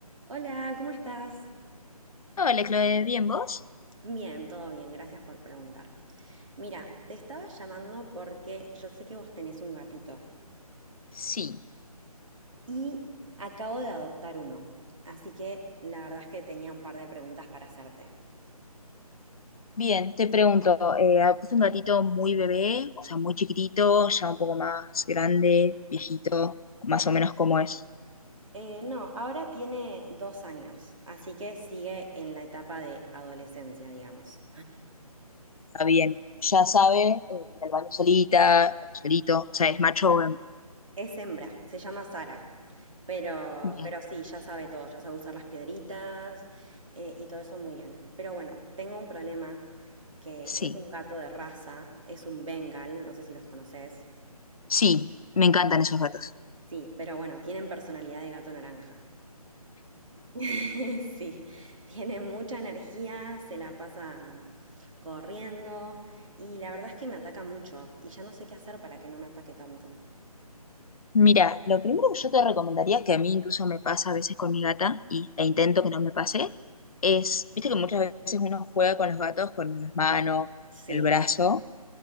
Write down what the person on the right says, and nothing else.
Hola, ¿cómo estás?
Bien, todo bien, gracias por preguntar. Mira, te estaba llamando porque yo sé que vos tenés un gatito
y acabo de adoptar uno, así que la verdad es que tenía un par de preguntas para hacerte.
Eh, no, ahora tiene dos años, así que sigue en la etapa de adolescencia, digamos.
Es hembra, se llama Sara. Pero,
pero sí, ya sabe todo, ya sabe usar las piedritas eh, y todo eso muy bien. Pero bueno, tengo un problema que
es un gato de raza, es un Bengal, no sé si los conoces.
Sí, pero bueno, tienen personalidad de gato naranja. <laughs> Sí, tiene mucha energía, se la pasa corriendo y la verdad es que me ataca mucho y ya no sé qué hacer para que no me ataque tanto.
Sí,